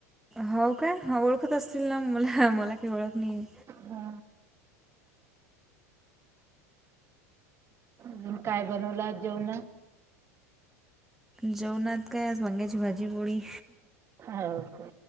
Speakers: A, in the centre; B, on the right.
A: हो काय ओळखत असतील ना मला मला काही ओळख नाही
B: हा अजून काय बनवलं जेवणा?
A: जेवणात काय आस वांग्याची भाजीपोळी
B: हो का